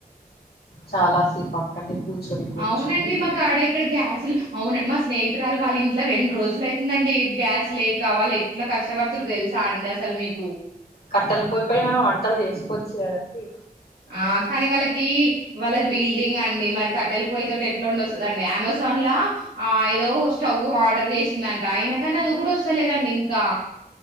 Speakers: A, on the left; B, on the right.
A: చాలా సేపు అక్కడనే కూర్చొని కూర్చొని
B: అవునండి మాక ఆడ ఇక్కడ గ్యాసులు అవును మా స్నేహితురాలు వాళ్ళ ఇంట్లో రెండు రోజులు అయితుందండి గ్యాస్ లేకా వాల్ ఎట్లా కష్టపడుతుర్రు తెలుసా అండి అసలు మీక్
A: కట్టెలు పొయ్యి పైన వంటలు చేసుకోవచ్చు కదండీ
B: ఆ కానీ వాళ్ళకి వాళ్ళ బిల్డింగ్ అండి మరి కట్టల్ పోయి తటి ఎట్లా ఉండ వస్తుందండి అమెజాన్ లా ఆ ఏదో స్టవ్ ఆర్డర్ చేసిందంట అయిన గానీ అద్ గుడా వస్తలేదండి ఇంకా